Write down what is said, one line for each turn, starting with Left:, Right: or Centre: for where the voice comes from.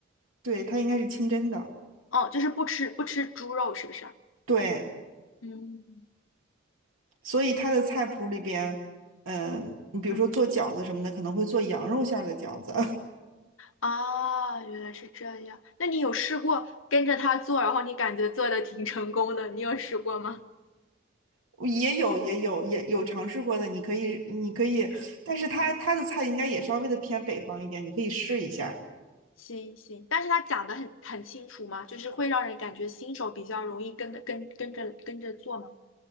Right: 对，他应该是清真的，
Left: 哦，就是不吃不吃猪肉，是不是？
Right: 对，
Left: 嗯
Right: 所以他的菜谱里边，嗯、你比如说做饺子什么的，
Left: 嗯，
Right: 可能会做羊肉馅儿的饺子，
Left: 啊，原来是这样。那你有试过跟着她做，然后你感觉做的挺成功的，你有试过吗？
Right: <laughs> 也有也有也有尝试过的，
Left: 嗯嗯
Right: 你可以你可以，
Left: 嗯嗯。
Right: 但是他他的菜应该也稍微的偏北方一点，你可以试一下。
Left: 行行，但是他讲的很很清楚嘛，就是会让人感觉新手比较容易跟着跟跟着跟着做嘛。